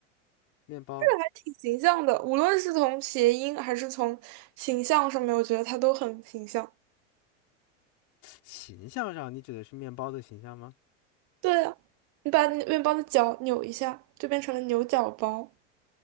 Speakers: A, on the left; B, on the right.
A: 面包
B: 还挺形象的，无论是从谐音还是从形象上面，我觉得它都很形象。
A: 形象上，你指的是面包的形象吗？
B: 对啊，你把那面包的脚扭一下，就变成了牛角包，